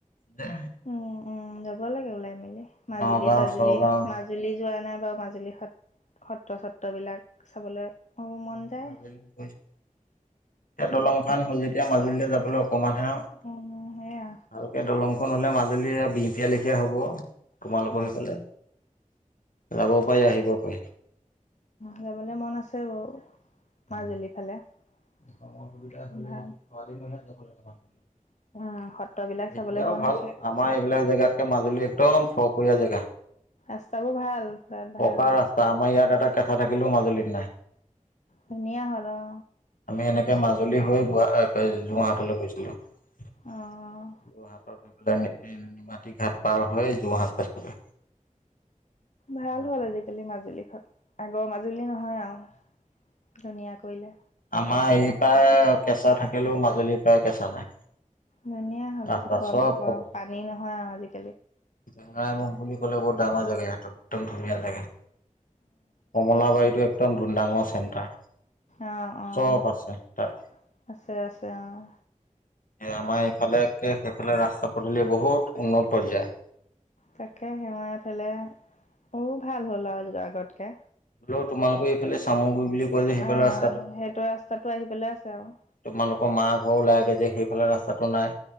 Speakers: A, on the left; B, on the left.
A: যে
B: উম, উম। যাব লাগে, ওলাই মেলি মাজুলী
A: নগাঁও
B: চাজুলী
A: চগাঁও
B: মাজুলী যোৱা নাই বাৰু মাজুলী সত সত্ৰ চত্ৰবিলাক চাবলৈ। মোৰ
A: <unintelligible>
B: মন যায়।
A: এতিয়া দলং খন হ'ল যেতিয়া মাজুলীলৈ যাবলৈ অকমানহে আৰু
B: উম, সেয়া
A: ভালকে দলং হ'লে মাজুলী বিষ এতিয়া লেখিয় হ'ব তোমালোকৰ
B: উম,
A: সকলে যাব পাৰি আহিব পাৰি
B: যাবলে মন আছে বাৰু মাজুলীৰ ফালে সময় সুবিধা হ'লে খৰালি মহিয়ান যাব লাগে। উম, সত্ৰবিলাক চাবলে
A: এতিয়াও
B: মন
A: ভাল
B: আছে।
A: আমাৰ এইবিলাক জেগাতকে মাজুলী একদম ফৰপৰীয়া জেগা
B: ৰাস্তাবোৰ ভাল
A: পকা
B: ভাল
A: ৰাস্তা আমাৰ ইয়াত এটা কেঁচা থাকিলেও মাজুলীত নাই
B: ধুনীয়া হ'ল অ'।
A: আমি এনেকে মাজুলী হৈ গ যোৰহাটলৈ গৈছিলো। যোৰহাটত
B: অঁ
A: সেইফাইলে এই নিমাতী ঘাট পাৰ হৈ যোৰহাটা প্ৰায় চোগে
B: ভাল হ'ল আজিকালি মাজুলীখনত আগৰ মাজুলী নহয় আৰু ধুনীয়া কৰিলে।
A: আমাৰ এৰি পৰা কেঁচা থাকিলেও মাজুলীৰ পৰা কেঁচা নাই।
B: ধুনীয়া হ'ল
A: ৰাস্তা
B: পখ
A: চব
B: পাকৰ পানী নহয় আৰু আজিকালি।
A: টৈঙৰামহ বুলি ক'লে বহুত ডাঙৰ জেগা স একদম ধুনীয়া জেগা কমলাবাৰীটো একদম ডুনডাঙৰ চেণ্টাৰ।
B: আহ অ'
A: চব আছে তাত।
B: অ' আছে আছে আহ
A: সেই আমাৰ ইফালে কে সেইফালে ৰাস্তা পদূলি বহুত উন্নত পৰ্যায়।
B: তাকে সেৱাই পেলাই অ' বহুত ভাল হ'ল আৰু আগতকে।
A: হ'লেও তোমালোকৰ এইফালে চামগুৰি বুলি কয় যে সেইফালে
B: অ,
A: ৰাস্তাটো
B: সেইটো ৰাস্তাতটো আহি পেলাই আছে আৰু
A: তোমালোকৰ মা ঘৰ ওলাই আগে যে সেইফালে ৰাস্তাটো নাই।